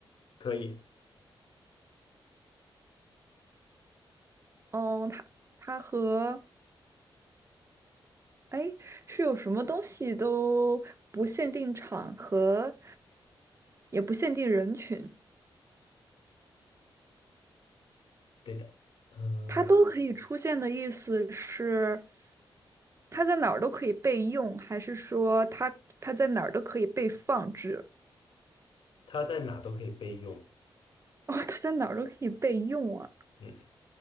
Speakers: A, on the left (about 80°); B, on the right (about 35°).
A: 可以，
B: 哦，它它和哎是有什么东西都不限定场合，也不限定人群。
A: 对的，嗯、
B: 它都可以出现的意思是，它在哪儿都可以备用，还是说它它在哪儿都可以被放置？
A: 它在哪都可以备用，
B: <laughs> 哦，它在哪儿都可以备用啊！
A: 嗯，